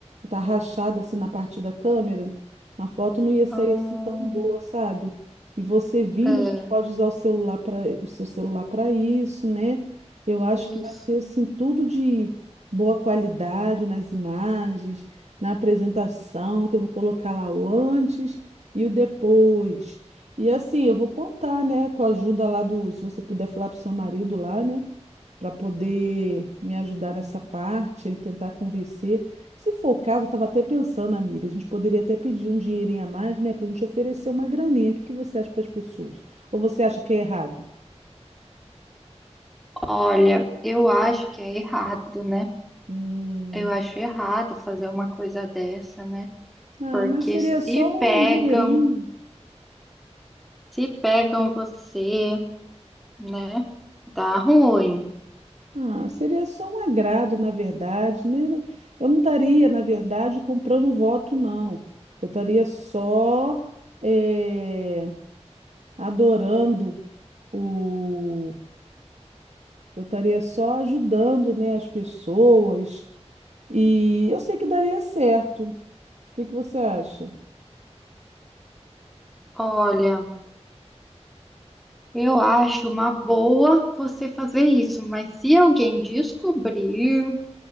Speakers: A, on the right; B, in the centre.
A: Tá rachado assim na parte da câmera. A foto não ia sair
B: Hum,
A: assim tão boa, sabe? E você vindo,
B: é,
A: a gente pode usar o celular para o seu celular para isso, né? Eu acho
B: isso.
A: que vai ser assim tudo de boa qualidade nas imagens, na apresentação, que eu vou colocar lá o antes e o depois. E assim, eu vou contar, né, com a ajuda lá do, se você puder falar pro seu marido lá, né, para poder me ajudar nessa parte, ele tentar convencer. Se for o caso, eu estava até pensando, amiga, a gente poderia até pedir um dinheirinho a mais, né, para a gente oferecer uma graninha. O que que você acha para as pessoas? Ou você acha que é errado?
B: Olha, eu acho que é errado, né?
A: Hum,
B: Eu acho errado fazer uma coisa dessa, né?
A: ah,
B: Porque
A: mas seria
B: se
A: só
B: pegam,
A: um dinheirinho.
B: se pegam você, né? Dá ruim.
A: Ah, seria só um agrado, na verdade, né? Eu não estaria, na verdade, comprando voto, não. Eu estaria só eh, adorando o. Eu estaria só ajudando, né, as pessoas. E eu sei que daria certo. O que que você acha?
B: Olha. Eu acho uma boa você fazer isso, mas se alguém descobrir,